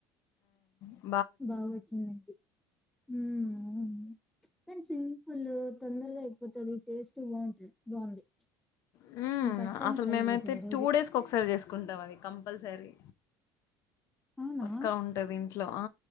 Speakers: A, on the left; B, in the centre.
A: హా
B: బాగు వచ్చిందండి హు హు కాని సింపుల్ తొందరగా అయిపోతుది టేస్ట్ బాగుంది బాగుంది
A: హు
B: నేను ఫస్ట్ టైం
A: అసలు
B: ట్రై
A: మేమైతే
B: చేసా ఈ రోజు
A: టూ డేస్కి ఒకసారి చేసుకుంటాం అది కంపల్సరీ
B: అవునా
A: పక్కా ఉంటంది ఆ ఇంట్లో